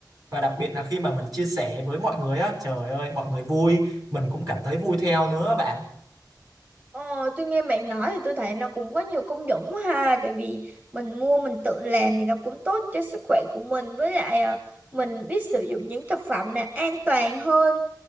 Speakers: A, on the right (about 55°); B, on the right (about 20°).
A: và đặc biệt là khi mà mình chia sẻ với mọi người á trời ơi mọi người vui mình cũng cảm thấy vui theo nữa bạn
B: Ờ, tôi nghe bạn nói thì tôi thấy nó cũng có nhiều công dụng quá ha tại vì mình mua mình tự làm thì nó cũng tốt cho sức khỏe của mình với lại ờ, mình biết sử dụng những thực phẩm này an toàn hơn